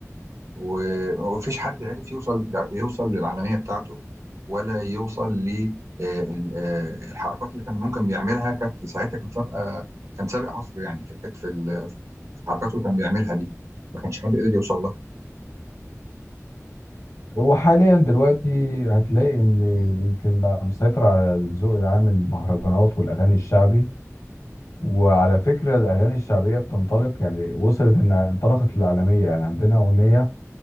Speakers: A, on the right; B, on the left.
A: و- ومفيش حد عرف يوصل يوصل للعالميه بتاعته ولا يوصل للحركات اللي كان ممكن بيعملها كانت ساعتها كانت سابقه كان سابق عصره يعني في الحت- في ال- في الحركات اللي كان بيعملها دي ما كانش حد قدر يوصل لها
B: هو حاليا دلوقتي هتلاقي ان يمكن بقى مسيطر على الذوق العام المهرجانات والاغاني الشعبي وعلى فكره الاغاني الشعبيه بتنطلق يعني وصلت ان انطلقت للعالميه يعني عندنا اغنيه